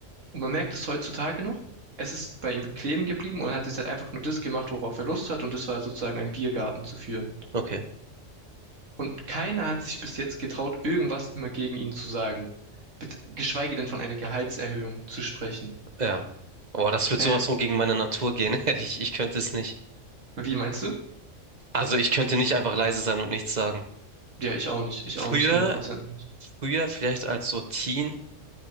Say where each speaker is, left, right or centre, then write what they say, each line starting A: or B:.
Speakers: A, on the right (about 75°); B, on the right (about 35°).
A: Und man merkt es heutzutage noch, es ist bei ihm kleben geblieben und er hat jetzt halt einfach nur das gemacht, worauf er Lust hat und das war sozusagen einen Biergarten zu führen.
B: Okay.
A: Und keiner hat sich bis jetzt getraut, irgendwas immer gegen ihn zu sagen. Bet- Geschweige denn von einer Gehaltserhöhung zu sprechen.
B: Ja. Oh, das wird
A: Äh,
B: sowas von gegen meine Natur gehen, <laughs> ehrlich. Ich könnte es nicht.
A: wie meinst du?
B: Also ich könnte nicht einfach leise sein und nichts sagen.
A: Ja, ich auch nicht. Ich
B: Früher,
A: auch nicht, Hundert Prozent nicht.
B: früher, vielleicht als so Teen,